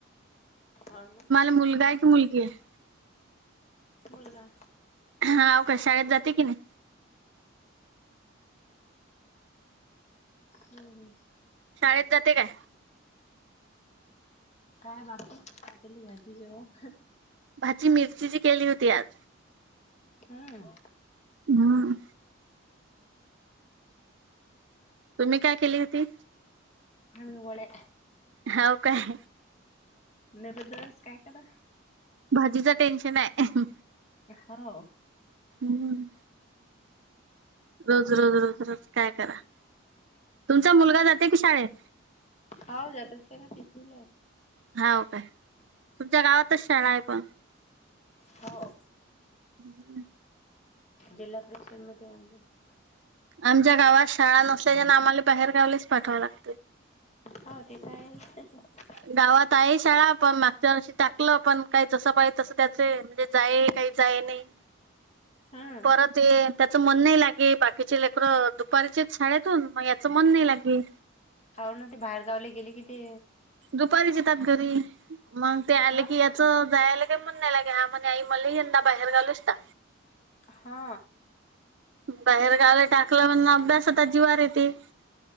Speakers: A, on the left (about 35°); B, on the right (about 65°).
A: हौना
B: मुलगा आहे की मुलगी आहे?
A: मुलगा.
B: हावो, का शाळेत जाते की नाही.
A: हम्म.
B: शाळेत जाते काय
A: काय बाकी टाकली माझी जेव्हा
B: भाजी मिरचीची केली होती आज
A: हम्म.
B: हम्म. तुम्ही काय केली होती.
A: हम्म वळ्या.
B: हौ काय.
A: निर्दवस काय करा.
B: अझीच टेन्शन ये.
A: हौ.
B: हम्म. रोज रोज रोज रोज काय करा, तुमचा मुलगा जाते की शाळेत.
A: हौ जातात कणी तिसरीला ये.
B: हौव काय, तुमच्या गावातच शाळा आहे पण.
A: हौव.
B: <unintelligible>
A: जिल्हा परिषदेमध्ये <unintelligible>
B: आमच्या गावात शाळा नसल्याच्याना, आम्हाला बाहेरगावलाच पाठवावं लागत.
A: हो, तेथ तर आहेच.
B: गावात आहे शाळा पण मागच्या वर्षी टाकलं, पण काही जसं पाहिज तस त्याचे म्हणजे, जाय काही, जाय नाही.
A: हम्म
B: परत ते त्याच मन नाही लागे, बाकीचे लेकर दु परिचित शाळेतून, मग याच मन नाही लागे.
A: हो ना ते, बाहेर गावले गेले की ती.
B: दुपारीच येतात घरी मग, ते आले
A: हा
B: की याच जायला. म्हणला घ्या म्हणे, आई मला यंदा बाहेर गालनिसता.
A: हा.
B: बाहेर गावला टाकलं म्हण, अभ्यासात जीवार येते.